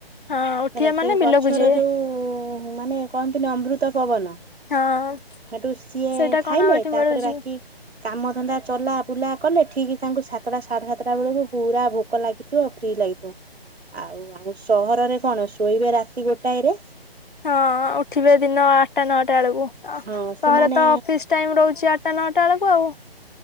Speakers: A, on the left; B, on the right.
A: ହଁ ଉଠିବେ
B: ହେଲା।
A: ମାନେ
B: ସେ
A: ବିଲକୁ
B: ଗଛର
A: ଯିବେ
B: ଯୋଉ ମାନେ କହନ୍ତିନି ଅମୃତ ପବନ।
A: ହଁ
B: ସେଠୁ ସିଏ
A: ସେଇଟା
B: ଖାଇଲେ।
A: କଣ ଆଉ ଏଠି
B: ତା
A: ମିଳୁଛି
B: ପରେ ବାକି କାମଧନ୍ଦା ଚଲା ବୁଲା କଲେ। ଠିକ୍ ତାଙ୍କୁ ସାତଟା ସାଢେ ସାତଟା ବେଳକୁ ପୁରା ଭୋକ ଲାଗି ଥିବ ଫ୍ରୀ ଲାଗିଥିବ। ଆଉ ଆଉ ସହରରେ କଣ ଶୋଇବେ ରାତି ଗୋଟାଏରେ
A: ହଁ ଉଠିବେ ଦିନ ଆଠଟା ନଅଟା ବେଳକୁ। ସହରେ
B: ହଁ ସେମାନେ
A: ତ ଅଫିସ ଟାଇମ୍ ରହୁଚି ଆଠଟା ନଅଟା ବେଳକୁ ଆଉ।